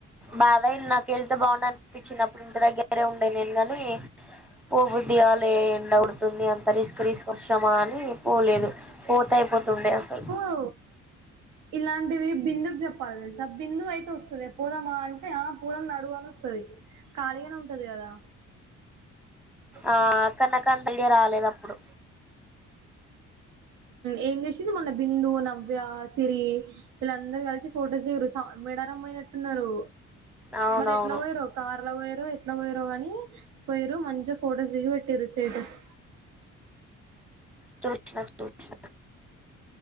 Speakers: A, in the centre; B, on the right.
A: బాధ అయింది నాకెళ్తే బాగుందనిపించినప్పుడు అప్పుడు ఇంటి దగ్గర వేరే ఉండేనేనుగాని పోబుద్ధి కాలే ఎండవుతుంది అంత రిస్క్ రిస్క్ వర్షమా అని పోలేదు పోతాయిపోత్ తుండె అసలు
B: కో ఇలాంటివి బిందు కి చెప్పాలి తెలుసా బిందు అయితే వస్తుంది పోదామా అంటే ఆ పోదాం నడువు అని వస్తుంది ఖాళీగానే ఉంటది కదా
A: ఆ కనక తంతైడియ రాలేదప్పుడు
B: ఏం చేసింది మొన్న బిందు నవ్య సిరి వీళ్ళందరు కలిసి ఫొటోస్ దిగిర్రూ మెడారం పోయినట్టున్నారు
A: అవునవును
B: మరి ఎట్లా పొయ్యిర్రు కార్లో పోయిర్ ఎట్లా పోయరో గాని పోయిరు మంచిగా ఫొటోస్ దిగి పెట్టిర్రు స్టేటస్
A: చ చ చ చ